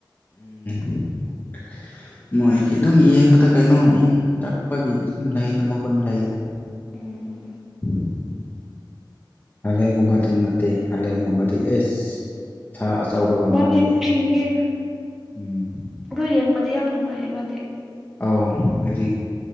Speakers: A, on the left (about 20°); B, in the centre.
A: ꯎꯝ ꯃꯣꯏꯒꯤ ꯑꯗꯨꯝ ꯌꯦꯡꯕꯗ ꯀꯩꯅꯣ ꯏꯪ ꯇꯞꯄꯒꯤ ꯑꯗꯨꯝ ꯂꯩꯗ ꯃꯒꯨꯟ ꯂꯩꯗ
B: ꯎꯝ
A: ꯎꯝ ꯍꯂꯦꯟꯒꯨꯝꯕꯗꯤ ꯅꯠꯇꯦ ꯍꯂꯦꯟꯒꯨꯝꯕꯗꯤ ꯑꯦ ꯁꯥ ꯑꯆꯧꯕꯒ
B: ꯃꯥꯗꯤ
A: ꯃꯥꯜꯂꯦꯍꯦ
B: ꯐꯤꯡꯉꯦ
A: ꯎꯝ
B: ꯑꯗꯨꯣ ꯌꯦꯡꯕꯗꯤ ꯌꯥꯝ ꯅꯨꯡꯉꯥꯏꯌꯦꯦ ꯃꯥꯗꯤ
A: ꯑ ꯍꯥꯏꯗꯤ